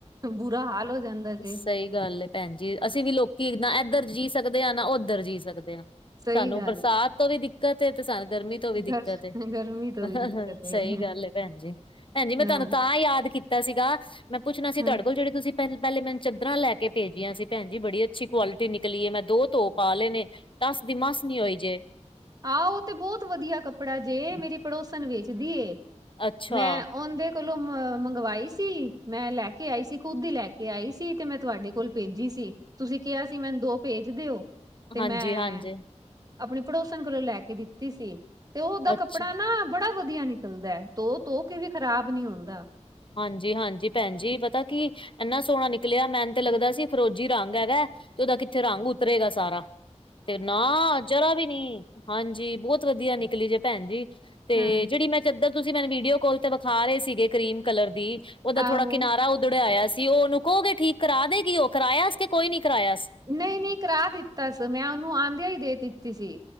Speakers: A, on the right; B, on the left.
A: ਬੁਰਾ ਹਾਲ ਹੋ ਜਾਂਦਾ ਜੇ
B: ਸਹੀ ਗੱਲ ਹੈ ਭੈਣ ਜੀ, ਅਸੀਂ ਵੀ ਲੋਕੀ ਨਾ ਇੱਧਰ ਜੀਅ ਸਕਦੇ ਹਾਂ ਨਾ ਉੱਧਰ ਜੀ ਸਕਦੇ ਹਾਂ
A: ਸਹੀ
B: ਸਾਨੂੰ
A: ਗੱਲ
B: ਬਰਸਾਤ ਤੋਂ ਵੀ ਦਿੱਕਤ ਹੈ ਤੇ ਸਾਨੂੰ ਗਰਮੀ ਤੋ ਵੀ
A: ਹੈ,
B: ਦਿੱਕਤ
A: ਗਰ
B: ਏ।
A: ਗਰਮੀ ਤੋਂ ਵੀ
B: ਸਹੀ
A: ਦਿੱਕਤ ਏ
B: ਗੱਲ ਏ ਭੈਣ ਜੀ। ਭੈਣ ਜੀ ਮੈਂ
A: ਹਾਂ
B: ਤੁਹਾਨੂੰ ਤਾਂ ਯਾਦ ਕੀਤ ਤਾ ਸੀਗਾ ਮੈਂ ਪੁੱਛਣਾ ਸੀ
A: ਹਾਂ
B: ਤੁਹਾਡੇ ਕੋਲ ਜਿਹੜੀ ਤੁਸੀ ਪਹਿ ਪਹਿਲੇ ਮੈਨੂੰ ਚਦਰਾਂ ਲੈ ਕੇ ਭੇਜੀਆਂ ਸੀ ਭੈਣ ਜੀ ਬੜੀ ਅੱਛੀ ਕੁਆਲਿਟੀ ਨਿਕਲੀ ਏ ਮੈਂ ਦੋ ਧੋ ਪਾ ਲੇ ਨੇ, ਟੱਸ ਦੀ ਮਸ ਨੀ ਹੋਈ ਜੇ।
A: ਆ ਓਹ ਤੇ ਬਹੁਤ ਵਧੀਆ ਕੱਪੜਾ ਜੇ ਮੇਰੀ ਪੜੋਸਨ ਵੇਚਦੀ ਏ,
B: ਅੱਛਾ
A: ਮੈਂ ਔਂਦੇ ਕੋਲੋਂ ਮ ਮੰਗਵਾਈ ਸੀ ਮੈਂ ਲੈ ਕੇ ਆਈ ਸੀ ਖੁਦ ਈ ਲੈ ਕੇ ਆਈ ਸੀ ਤੇ ਮੈਂ ਤੁਹਾਡੇ ਕੋਲ ਭੇਜੀ ਸੀ। ਤੁਸੀ ਕਿਹਾ ਸੀ ਮੈਨੂੰ ਦੋ ਭੇਜ ਦਿਓ, ਤੇ
B: ਹਾਂਜੀ
A: ਮੈਂ
B: ਹਾਂਜੀ
A: ਅਪਣੀ ਪੜੋਸ ਪੜੋਸਨ ਕੋਲੋਂ ਲੈ ਕੇ ਦਿੱਤੀ ਸੀ, ਤੇ ਓਹਦਾ
B: ਅੱਛਾ
A: ਕੱਪੜਾ ਨਾ ਬੜਾ ਵਧੀਆ ਨਿਕਲਦਾ ਐ ਧੋ- ਧੋ ਕੇ ਵੀ ਖ਼ਰਾਬ ਨੀ ਹੁੰਦਾ।
B: ਹਾਂਜੀ- ਹਾਂਜੀ ਭੈਣ ਜੀ। ਪਤਾ ਕੀ ਐਨਾ ਸੋਹਣਾ ਨਿਕਲਿਆ ਮੈਨ ਤੇ ਲੱਗਦਾ ਸੀ ਫਰੋਜੀ ਰੰਗ ਹੈਗਾ ਤੇ ਓਦਾ ਕਿੱਥੇ ਰੰਗ ਉਤਰੇਗਾ ਸਾਰਾ। ਤੇ ਨਾ, ਜਰਾ ਵੀ ਨਹੀ। ਹਾਂਜੀ ਬਹੁਤ ਵਧੀਆ ਨਿਕਲੀ ਜੇ ਭੈਣ ਜੀ। ਤੇ
A: ਹੈਂ
B: ਜਿਹੜੀ ਮੈਂ ਚਦੱਰ ਤੁਸੀ ਮੈਨੂੰ ਵੀਡੀਓ ਕੋਲ ਤੇ ਵਿਖਾ ਰਹੇ ਸੀਗੇ ਕਰੀਮ ਕਲਰ ਦੀ। ਓਦਾ
A: ਆਹੋ
B: ਥੋੜਾ ਕਿਨਾਰਾ ਉਧੜਿਆ ਹੋਇਆ ਸੀ ਓ ਓਹਨੂੰ ਕਹੋਗੇ ਠੀਕ ਕਰਾ ਦੇਗੀ ਓ? ਕਰਾਇਆ ਸ ਕੇ ਕੋਈ ਨੀ ਕਰਾਇਆ ਸ।
A: ਨਹੀ- ਨਹੀ ਕਰਾ ਦਿੱਤਾ ਸ ਮੈਂ ਓਨੂੰ ਆਂਉਦਿਆਂ ਈ ਦੇ ਦਿੱਤੀ ਸੀ।